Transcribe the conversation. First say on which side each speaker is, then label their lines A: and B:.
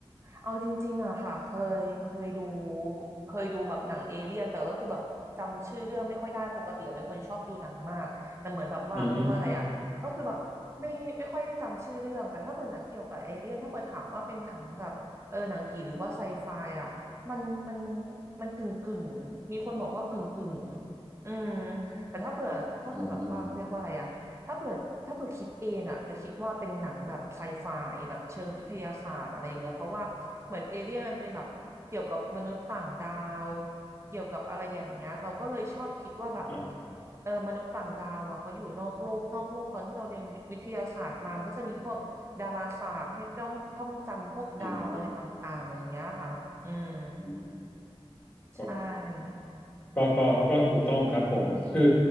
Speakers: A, on the right; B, on the left.
A: เอาจริงๆอะค่ะเคยเคยดูเคยดูแบบหนังเอเลี่ยนแต่ก็คือแบบจำชื่อเรื่องไม่ค่อยได้ปกติอะเป็นคนชอบดูหนังมากแต่เหมือนแบบว่าเขาเรียกว่าอะไรอะก็คือแบบไม่ไม่ค่อยได้จำชื่อเรื่องแต่ถ้าเปิดหนังเกี่ยวกับเอเลี่ยนถ้าเปิดถามว่าเป็นหนังแบบเออหนังผีหรือว่าไซไฟอะมันมัน
B: อือฮึ
A: มันกึ่งกึ่งมีคนบอกว่ากึ่งกึ่งอืมแต่ถ้าเผื่อถ้าเผื่อแบบว่าเขาเรียกว่าอะไรอะ
B: อื
A: ถ้าเผื่อถ้าเผื่อคิดเองอ่ะจะคิดว่าเป็นหนังแบบไซไฟแบบเชิงวิทยาศาสตร์อะไรอย่างเงี้ยเพราะว่าเหมือนเอเลี่ยนมันเป็นแบบเกี่ยวกับมนุษย์ต่างดาวเกี่ยวกับอะไรอย่างเงี้ยเราก็เลยชอบคิดว่าแบบ
B: ม
A: เออมนุษย์ต่างดาวอ่ะเขาอยู่นอกโลกนอกโลกตอนที่เราเรียนวิวิทยาศาสตร์มามันก็จะมีพวกดาราศาสตร์ให้จ้องท่องจำพวกดาวอะไรต่างๆอย่างเงี้ยค่ะอืม
B: อืมอืม
A: ใช่
B: ก็ก็ก็ก็ถูกต้องครับผมคือ